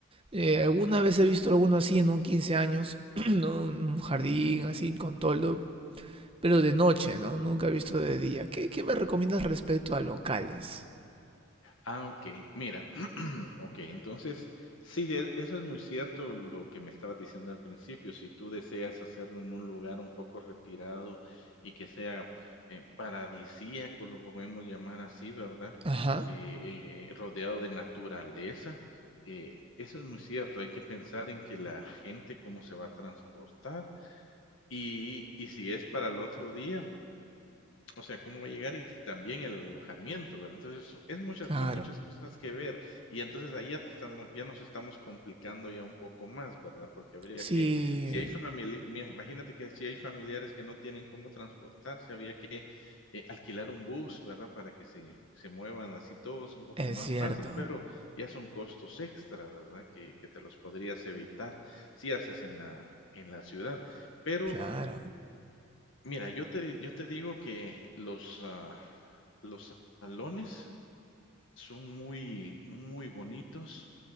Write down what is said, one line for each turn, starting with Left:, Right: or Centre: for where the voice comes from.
Right: Eh, alguna vez he visto alguno así en un 15 años, <clears throat> ¿no? Un jardín
Left: Ujú.
Right: así con toldo, pero de noche, ¿no? Nunca he visto de día. ¿Qué, qué me recomiendas respecto a locales?
Left: Ah, okey. Mira, <clears throat> okey, entonces, sí, de eso es muy cierto lo que me estabas diciendo al principio. Si tú deseas hacerlo en un lugar un poco retirado y que sea, eh, paradisíaco, lo podemos llamar así, ¿verdad?
Right: Ajá.
Left: Eh, eh, rodeado de naturaleza, eh, eso es muy cierto. Hay que pensar en que la gente cómo se va a transportar y y si es para el otro día, o sea, cómo va a llegar y t- también el alojamiento, ¿verdad? Entonces, so- es muchas
Right: Claro.
Left: son muchas cosas que ver, y entonces ahí ya te estamos ya nos estamos complicando ya un poco más, ¿verdad? Porque habría
Right: Sí,
Left: que si hay famili imagínate que si hay familiares que no tienen cómo transportarse, había que, eh, alquilar un bus, ¿verdad? Para que se se muevan así todos un poco
Right: es
Left: más
Right: cierto.
Left: fácil, pero ya son costos extra, ¿verdad? Que que te los podrías evitar si haces en la en la ciudad. Pero,
Right: Claro.
Left: Mira, yo te yo te digo que los, ah, los salones son muy, muy bonitos,